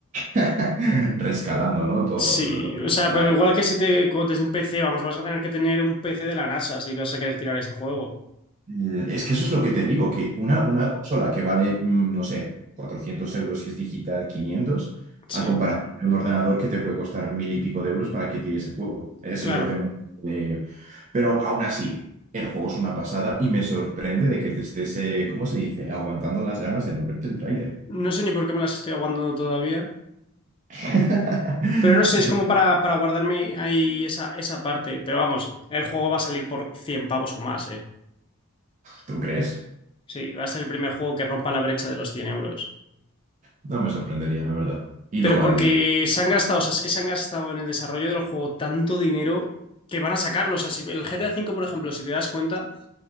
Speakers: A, on the right (about 35°); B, on the left (about 25°).
A: <laughs> rescalando, ¿no? Todo
B: Sí,
A: lo,
B: o sea,
A: lo gráfico.
B: pero igual que si te como desde un PC, vamos, vas a tener que tener un PC de la NASA si vas a querer tirar ese juego.
A: Mm, Es que eso es lo que te digo, que una, una consola que vale, mm, no sé, 400 euros si es digital, quinientos
B: Sí,
A: a comparación de un ordenador que te puede costar mil y pico de euros para que tire ese juego. Eso
B: claro.
A: es lo que no... eh, Pero aún así, el juego es una pasada y me sorprende de que te estés, eh, ¿cómo se dice?, aguantando las ganas de no verte el tráiler.
B: No sé ni por qué me las estoy aguantando todavía.
A: <laughs>
B: Pero no sé, es
A: Yo-
B: como para, para guardarme ahí esa, esa parte. Pero vamos, el juego va a salir por 100 pavos o más, ¿eh?
A: ¿Tú crees?
B: Sí, va a ser el primer juego que rompa la brecha de los 100 euros.
A: No me sorprendería, la verdad. Y lo
B: Pero
A: valdría.
B: porque se han gastado, o sea, es que se han gastado en el desarrollo del juego tanto dinero que van a sacarlo. O sea, si el GTA cinco, por ejemplo, si te das cuenta,